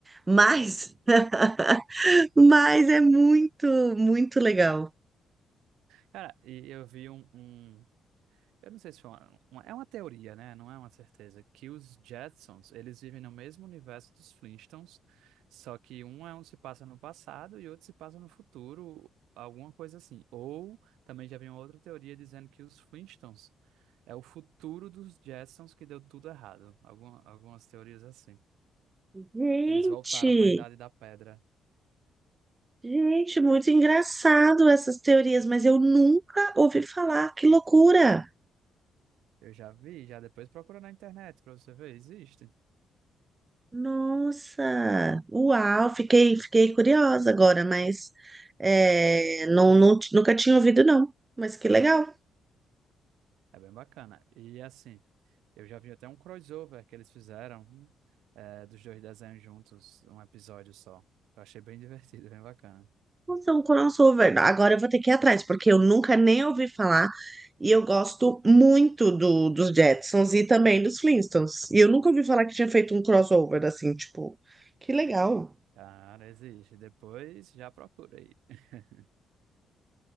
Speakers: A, on the right; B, on the right.
A: Mas, <laughs> mas é muito, muito legal.
B: Cara, e eu vi um, um Eu não sei se foi uma, uma- é uma teoria, né? Não é uma certeza. Que os Jetsons, eles vivem no mesmo universo dos Flintstones, só que um é um se passa no passado e outro se passa no futuro, alguma coisa assim. Ou também já vem outra teoria dizendo que os Flintstones é o futuro dos Jetsons que deu tudo errado. Alguma, algumas teorias assim.
A: Gente,
B: Eles voltaram para a Idade da Pedra.
A: gente, muito engraçado essas teorias, mas eu nunca ouvi falar. Que loucura!
B: Eu já vi, já depois procura na internet para você ver, existe.
A: Nossa, uau, fiquei, fiquei curiosa agora, mas é, não, não, ti- nunca tinha ouvido, não. Mas que legal.
B: É bem bacana. E assim, Eu já vi até um crossover que eles fizeram é, dos dois desenhos juntos, um episódio só. Eu achei bem <laughs> divertido, bem bacana.
A: Nossa, um crossover. Agora eu vou ter que ir atrás, porque eu nunca nem ouvi falar e eu gosto muito do, dos Jetsons e também dos Flintstones. E eu nunca ouvi falar que tinha feito um crossover assim, tipo, que legal.
B: Cara, existe. Depois já procura aí. <laughs>